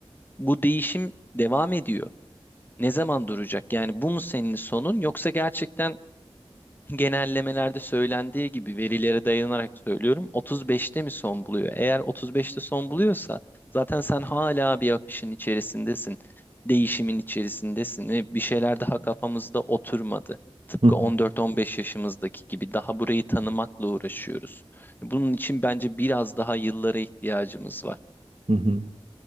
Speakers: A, on the left; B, on the right.
A: bu değişim devam ediyor. Ne zaman duracak? Yani bu mu senin sonun yoksa gerçekten genellemelerde söylendiği gibi verilere dayanarak söylüyorum 35'te mi son buluyor? Eğer 35'te son buluyorsa zaten sen hala bir akışın içerisindesin. Değişimin içerisindesin ve bir şeyler daha kafamızda oturmadı. Tıpkı
B: Hı
A: 14-15 yaşımızdaki gibi daha burayı tanımakla uğraşıyoruz. Bunun için bence biraz daha yıllara ihtiyacımız var.
B: hı. hı.